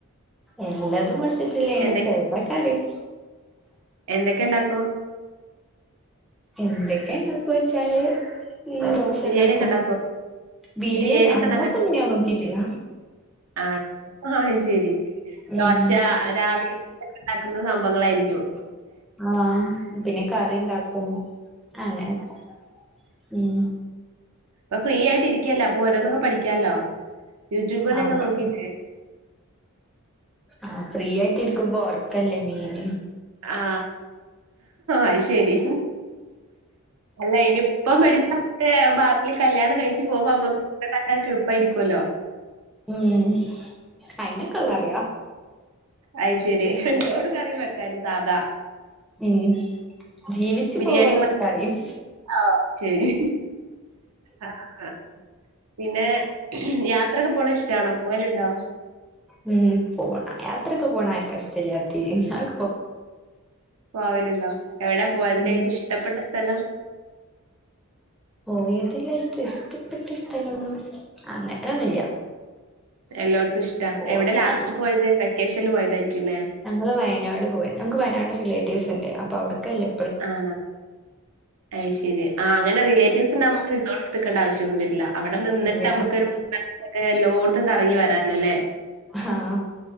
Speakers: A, in the centre; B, on the right (about 80°).
A: എല്ലതും പഠിച്ചിട്ടില്ലേലും
B: എന്തൊ
A: ചെറുതൊക്കറിയും.
B: എന്തൊക്കെ ഇണ്ടാക്കും?
A: എന്തൊക്കെ ഇണ്ടാക്കോച്ചാല് ഉം ദോശണ്ടാക്കും.
B: ബിരിയാണി ഒക്കെ ഇണ്ടാക്കോ
A: ബിരിയേണി
B: ബിരിയാണി
A: അയ്മ്മക്കൊന്നും
B: ഒക്കെ
A: ഞാൻ നോക്കീട്ടില്ല.
B: ആ ആ ശരി
A: ഉം
B: ദോശ രാവി ക്കുണ്ടാക്കുന്ന സംഭങ്ങളായിരിക്കും.
A: ആഹ പിന്നെ കറി ഇണ്ടാക്കും അങ്ങനൊക്കെ ഉം.
B: പ്പോ ഫ്രീ ആയിട്ട് ഇരിക്കല്ലേ അപ്പൊ ഓരോന്നൊക്കെ പഠിക്കാല്ലോ യൂട്യൂബല്ക്കെ
A: അപ്പ
B: നോക്കീട്ട്.
A: ആ ഫ്രീ ആയിട്ടിരിക്കുമ്പോ ഒറക്കല്ലേ മെയിൻ.
B: ആ അയ്ശെരി. അല്ല ഇനിയിപ്പം പഠിച്ചാമ്മക്ക് ബാ ൽ കല്യാണം കഴിച്ച് പോവുമ്പോമ്മക്ക് ഫുഡുണ്ടാക്കാനൊക്കെ എളുപ്പായിരിക്കല്ലോ.
A: ഉം അയിനൊക്കെള്ളറിയാ.
B: അയ് ശരി ചോറും കറിം വെക്കാന് സാധാ.
A: ഉം. ജീവിച്ചു
B: ബിരിയാണി
A: പോവാള്ളതൊക്കറിയും.
B: ആഹ് ശരി. ആഹ് പിന്നെ യാത്രൊക്കെ പോണഷ്ടാണോ പോവ് ലുണ്ടോ?
A: ഉം പോണ് യാത്രൊക്കെ പോണ ആർക്ക ഇസ്റ്റല്ലാത്തെ അഹ്
B: പോവലുണ്ടോ എവിട പോയതിലേറ്റം
A: ഉം
B: ഇഷ്ടപ്പെട്ട സ്ഥലം?
A: പോയതിലേറ്റം ഇസ്റ്റപ്പെട്ട സ്ഥലം അങ്ങനൊന്നുല്ല.
B: എല്ലോടൊത്തുഷ്ടാ.
A: പോ
B: എവിടെ ലാസ്റ്റ്
A: ആഹ്
B: പോയത് വെക്കേഷൻല് പോയതായിരിക്കുല്ലേ?
A: ഞങ്ങള് വയനാട് പോയെ. ഞങ്ങക്ക് വയനാട് റിലേറ്റീവ്സ്ണ്ട് അപ്പൊ അവ്ട്ക്കെല്ലെ
B: ആണ അയ്ശരി ആ അങ്ങനെ റിലേറ്റീവ്സുണ്ടാവുബോ നമുക്ക് റിസോട്ട് ത്ത്ക്കണ്ട ആവശ്യൊന്നു വര്ല്ലാ അവടെ നിന്നിട്ടമ്മക്ക്
A: ഇല്ല
B: <inaudible> എല്ലോട്ത്തും കറങ്ങി വരാല്ലോല്ലേ?
A: ആഹ്